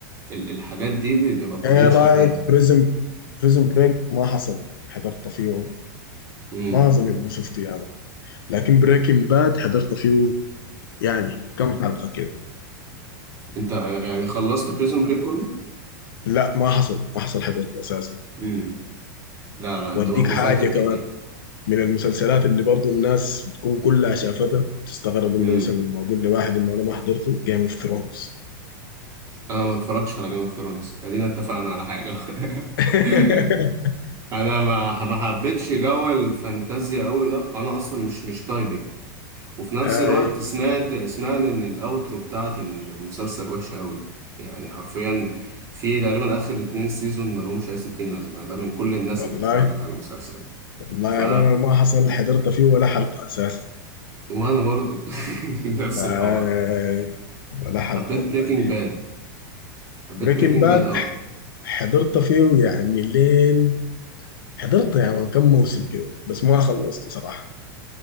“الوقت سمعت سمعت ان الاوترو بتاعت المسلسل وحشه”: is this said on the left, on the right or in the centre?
Right